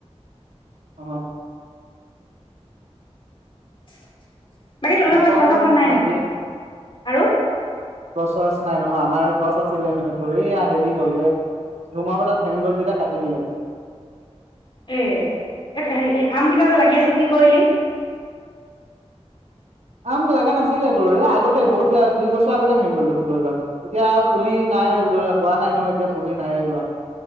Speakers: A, on the right (about 75°); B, on the left (about 45°).
A: অঁ
B: <inaudible> বাকী তহতৰ তহঁতৰঘৰত
A: কচোন
B: নাই
A: বাকী
B: নেকি, আৰু।
A: চচ নাই নহয়, আমাৰ গছ আছিলে মানে তোৰ, এয়া হেৰি হ'ল ধুমূহা বতাহত ভাঙি গ'ল, যেতিয়া কাটি দিলে।
B: এ এ হে আম কেইটা যে লাগি আছিল কি কৰিলি?
A: আম লগা নাছিলে তোৰ, এই আগতে বহুত দুই বছৰ আগতে ভাঙি গ'ল দেখোন গছডাল। এতিয়া আৰু পুলি নাই
B: অ
A: ৰ', হোৱা নাই নহয় এতিয়া। পুলি নাই ৰোৱা